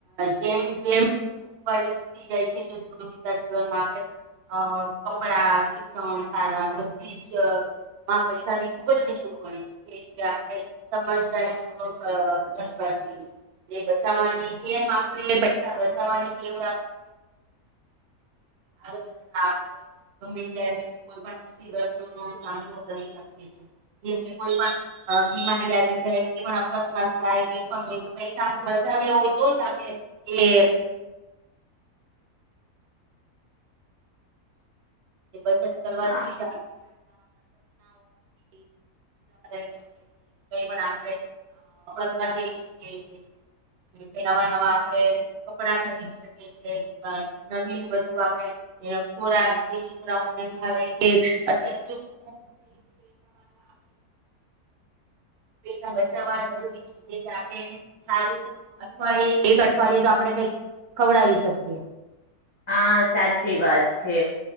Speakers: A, on the right; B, on the left.
A: જેમ જેમ <unintelligible> જીવનમાં આપણે અ કપડા શિક્ષણ <unintelligible> હા પૈસાની ખુબ જરૂર પડે છે <unintelligible> <unintelligible> બચાવવાની જેમ આપણે પૈસા બચાવવાની ટેવ <unintelligible> <unintelligible> ગમે ત્યારે કોઈ પણ મુસીબતોનો સામનો કરી શકે જેથી કોઈ પણ હ બીમારી આવી જાય કોઈ પણ અકસ્માત થાય <unintelligible> પૈસા બચાવ્યા હોય તો જ આપણે <inaudible> બચત કરવાથી
B: હા
A: <unintelligible> <inaudible> <unintelligible> આપણે <unintelligible> જઈ શકીએ છીએ નવા નવા આપડે કપડા ખરીદી શકીએ <unintelligible> <unintelligible> થઈ ગયું છે. એ પ્રમાણમાં પૈસા બચાવવા જરૂરી છે જે કે આપણે સારું એક અઠવાડિયે તો આપડે કઈક ખવડાવી શકીએ.
B: હા સાચી વાત છે.